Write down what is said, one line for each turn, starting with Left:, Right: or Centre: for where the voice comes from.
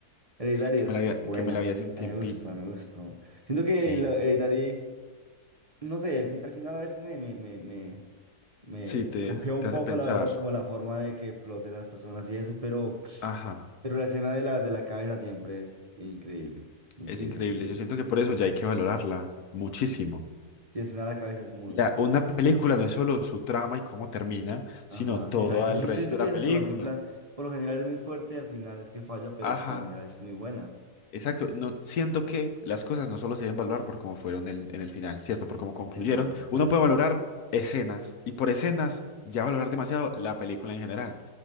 Right: Hereditary
Left: que
Right: es
Left: me la había,
Right: buena,
Left: que me la vi hace un
Right: a
Left: tiempito.
Right: mí me gustó, me gustó. Siento que
Left: Sí.
Right: la Hereditary, no sé, al, fi- al final a veces me, me, me, me, me
Left: Sí, te,
Right: cogió un
Left: te hace
Right: poco,
Left: pensar,
Right: la verdad, como la forma de que floten las personas y eso, pero,
Left: ajá,
Right: pero la escena de la, de la cabeza siempre es increíble, increíble,
Left: es increíble,
Right: increíble.
Left: yo siento que por eso ya hay que valorarla muchísimo.
Right: Sí, escena de la cabeza es muy
Left: La,
Right: buena.
Left: una película no es solo su trama y cómo termina, sino
Right: Ajá,
Left: todo
Right: exacto. Sí,
Left: el resto
Right: yo siento
Left: de
Right: que
Left: la
Right: exacto,
Left: película.
Right: la película por lo general es muy fuerte y al final es que falla, pero
Left: Ajá.
Right: por lo general es muy buena.
Left: Exacto, no siento que las cosas no solo se deben valorar por cómo fueron en, en el final, ¿cierto? Por cómo concluyeron.
Right: Exacto, exacto.
Left: Uno puede valorar escenas y por escenas ya valorar demasiado la película en general.